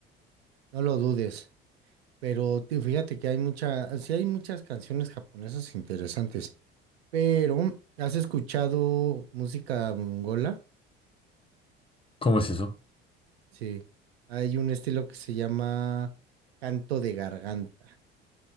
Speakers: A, on the right (about 75°); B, on the left (about 15°).
A: no lo dudes. Pero te- fíjate que hay mucha, sí hay muchas canciones japonesas interesantes. Pero, ¿has escuchado música mongola?
B: ¿Cómo es eso?
A: Sí. Hay un estilo que se llama canto de garganta.